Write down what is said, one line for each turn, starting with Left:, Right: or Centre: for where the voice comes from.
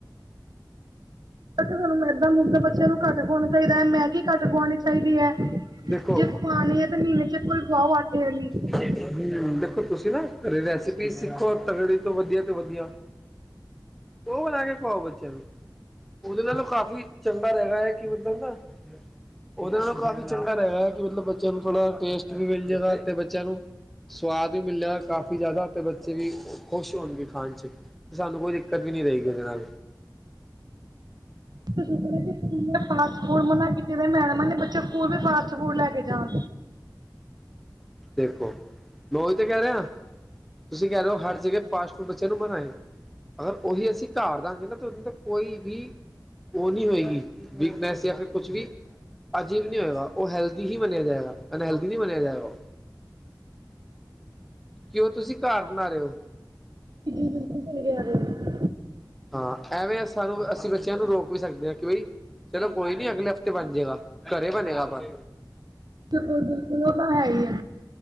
Right: ਇਦਾਂ ਮੈਦਾ ਮੁੱਦਾ ਬੱਚਿਆਂ ਨੂੰ ਘੱਟ ਖਵਾਣਾ ਚਾਹੀਦਾ ਮੈਗੀ ਘੱਟ ਖ਼ਵਾਣੀ ਚਾਹੀਦੀ ਐ ਜੇ
Centre: ਦੇਖੋ
Right: ਖਵਾਨੀ ਐ ਤਾਂ ਮਹੀਨੇ ਵਿੱਚ ਇੱਕ ਵਾਰ ਖਵਾਓ। ਆਟੇ ਵਾਲੀ ਤੇ
Centre: ਹੂੰ, ਦੇਖੋ ਤੁਸੀਂ ਨਾ ਘਰੇ ਰੈਸਿਪੀ ਸਿੱਖੋ ਤੋਂ ਵਧੀਆ, ਤੋਂ ਵਧੀਆ। ਉਹ ਬਣਾ ਕੇ ਖਵਾਓ ਬੱਚਿਆਂ ਨੂੰ, ਉਹਦੇ ਨਾਲ ਕਾਫ਼ੀ ਚੰਗਾ ਰਹਿਗਾ ਕਿ ਮਤਲਬ ਨਾ ਉਹਦੇ ਨਾਲ ਕਾਫ਼ੀ ਚੰਗਾ ਰਹਿਗਾ ਕੀ ਮਤਲਬ ਬੱਚਿਆਂ ਨੂੰ ਥੋੜ੍ਹਾ ਟੇਸਟ ਵੀ ਮਿਲ ਜਾਏਗਾ ਤੇ ਬੱਚਿਆਂ ਨੂੰ ਸਵਾਦ ਵੀ ਮਿਲਿਆ ਕਾਫ਼ੀ ਜ਼ਿਆਦਾ ਤੇ ਬੱਚੇ ਵੀ ਖੁਸ਼ ਹੋਣਗੇ ਖਾਣ ਚ ਤੇ, ਸਾਨੂੰ ਕੋਈ ਦਿੱਕਤ ਵੀ ਨਹੀਂ ਰਹੇਗੀ ਉਹਦੇ ਨਾਲ।
Right: <unintelligible> ਫਾਸਟ ਫੂਡ ਮੈਡਮ ਨੇ ਬੱਚੇ ਸਕੂਲ ਵੀ ਫਾਸਟ ਫੂਡ ਲੈ ਕੇ ਜਾਣ
Centre: ਦੇਖੋ ਮੈਂ ਉਹੀ ਤੇ ਕਹਿ ਰਿਹਾ ਤੁਸੀਂ ਕਹਿ ਰਹੇ ਹੋ ਹਰ ਜਗ੍ਹਾ ਫਾਸਟ ਫੂਡ ਬੱਚਿਆਂ ਨੂੰ ਬਣਾਏ, ਅਗਰ ਉਹੀ ਅਸੀਂ ਘਰ ਦਾਂਗੇ ਨਾ ਤੇ ਉਹ ਕੋਈ ਵੀ ਉਹ ਨਹੀਂ ਹੋਏਗੀ ਵਿਕਨੈਸ ਜਾਂ ਫਿਰ ਕੁਛ ਵੀ ਅਜੀਬ ਨਹੀਂ ਹੋਏਗਾ ਉਹ ਹੈਲਦੀ ਹੀ ਮੰਨਿਆ ਜਾਏਗਾ, ਅਨਹਲਦੀ ਨਹੀਂ ਮੰਨਿਆ ਜਾਏਗਾ ਓ। ਕਿਉਂ ਤੁਸੀਂ ਘਰ ਬਣਾ ਰਹੇ ਹੋ।
Right: <unintelligible>
Centre: ਹਾਂ, ਐਵੇਂ ਸਾਨੂੰ ਅਸੀਂ ਬੱਚਿਆਂ ਨੂੰ ਰੋਕ ਵੀ ਸਕਦੇ ਆ ਕੀ ਬਈ ਚਲੋ ਕੋਈ ਨੀ ਅਗਲੇ ਹਫ਼ਤੇ ਬਣ ਜੇਗਾ, ਘਰੇ ਬਣੇਗਾ ਬਸ
Right: ਬਿਲਕੁਲ-ਬਿਲਕੁਲ ਉਹ ਤਾਂ ਹੈਈ ਐ,